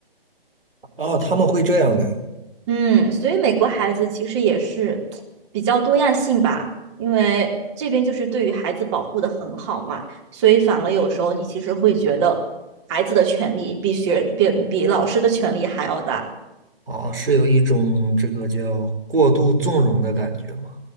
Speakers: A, on the right; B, on the right.
A: 哦，他们会这样的，
B: 嗯，所以美国孩子其实也是比较多样性吧，因为这边就是对于孩子保护的很好嘛，所以反而有时候你其实会觉得孩子的权利比学比比老师的权利还要大。
A: 啊，是有一种这个叫过度纵容的感觉吗？